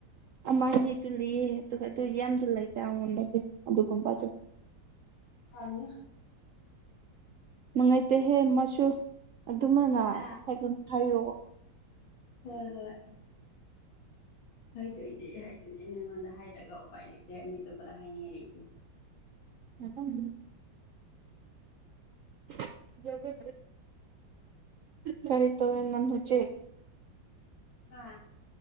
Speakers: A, on the right; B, on the left.
A: ꯑꯃꯥꯏꯅꯦ ꯇ ꯂꯩꯌꯦ ꯑꯗꯨꯒꯗꯤ ꯌꯥꯝꯗꯤ ꯂꯩꯇꯦ ꯑꯩꯉꯣꯟꯗꯗꯤ ꯑꯗꯨꯒꯨꯝꯕꯗꯨ
B: ꯍꯥꯏꯅꯤ
A: ꯅꯨꯡꯉꯥꯏꯇꯦꯍꯦ ꯃꯁꯨ ꯑꯗꯨꯃꯅ
B: ꯍꯥ
A: ꯍꯥꯏ ꯍꯥꯏꯌꯣ
B: ꯍꯣꯏ ꯍꯣꯏ ꯍꯩꯇꯣꯏꯗꯤ ꯍꯗꯣꯏꯅꯦ ꯅ ꯑꯩꯉꯣꯟꯗ ꯍꯥꯏꯗ꯭ꯔꯒ ꯎꯄꯥꯏ ꯂꯩꯇꯦ ꯃꯤ ꯑꯇꯣꯞꯄꯗ ꯍꯥꯏꯅꯤꯡꯉꯥꯏ ꯂꯩꯇꯦ
A: <unintelligible> <unintelligible> ꯀꯔꯤ ꯇꯧꯦ ꯅꯪ ꯍꯖꯦ
B: ꯍꯥ